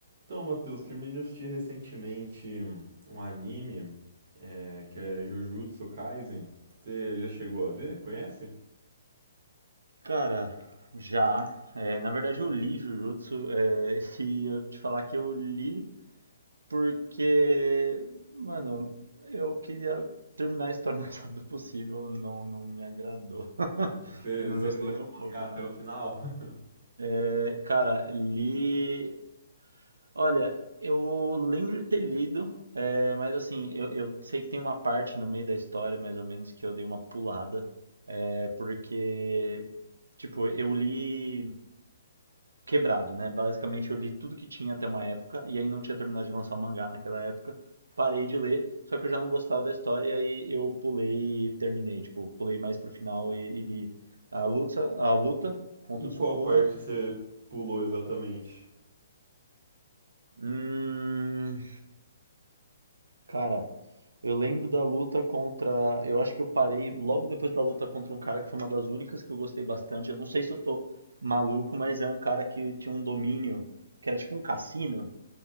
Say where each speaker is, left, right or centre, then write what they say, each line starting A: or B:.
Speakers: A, on the right; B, on the right.
A: Então, Matheus, terminei de assistir recentemente um anime, é, que é Jujutsu Kaisen. Você já chegou a ver? Conhece?
B: Cara, já. É, na verdade, eu li Jujutsu, é, <laughs> e eu te falar que eu li porque, mano, eu queria terminar a história <laughs> o mais rápido possível, não, não me agradou. <laughs>
A: Você,
B: Eu não
A: você
B: gostei
A: leu
B: nem
A: o
B: um pouco,
A: mangá até
B: mano.
A: o final? <laughs>
B: É, cara, li. Olha, eu lembro de ter lido, é, mas assim, eu, eu sei que tem uma parte no meio da história, mais ou menos, que eu dei uma pulada, é, porque, tipo, eu li. quebrado, né? Basicamente eu li tudo que tinha até uma época, e aí não tinha terminado de lançar o mangá naquela época. Parei de ler, só que eu já não gostava da história, e aí eu pulei e terminei. Tipo, pulei mais pro final e, e li a luta, a luta contra
A: Em qual
B: o Sukuna.
A: parte você pulou exatamente?
B: Hum, cara, eu lembro da luta contra. Eu acho que eu parei logo depois da luta contra um cara que foi uma das únicas que eu gostei bastante. Eu não sei se eu tô maluco, mas é um cara que tinha um domínio, que era tipo um cassino,